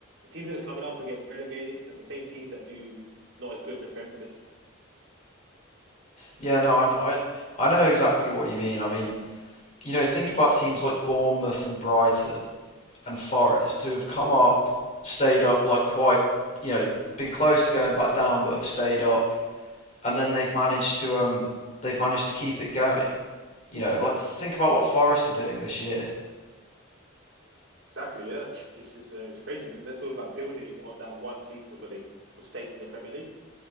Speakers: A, on the right (about 60°); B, on the left (about 35°).
A: teams that are coming up and get relegated, and the same teams that do not as good in the Premier, the
B: yeah. No, I I, I know exactly what you mean. I mean, you know, think about teams like Bournemouth and Brighton and Forest who have come up, stayed up like quite you know been close to going back down, but have stayed up and then they've managed to um they've managed to keep it going. You know, like think about what Forest are doing this year.
A: Exactly, yeah. It's just, uh, it's crazy. And that's all about building on that one season where they stayed in the Premier League.